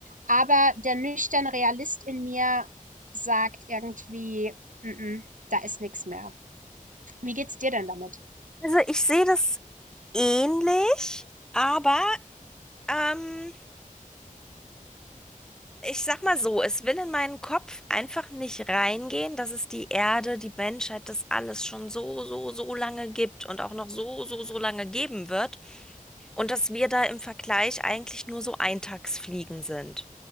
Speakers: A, on the right; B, in the centre.
A: Aber der nüchterne Realist in mir sagt irgendwie, mm -mm, da ist nichts mehr. Wie geht's dir denn damit?
B: Also ich sehe das. ähnlich, aber ähm, ich sag mal so, es will in meinen Kopf einfach nicht reingehen, dass es die Erde, die Menschheit, das alles schon so, so, so lange gibt und auch noch so, so, so lange geben wird. Und dass wir da im Vergleich eigentlich nur so Eintagsfliegen sind.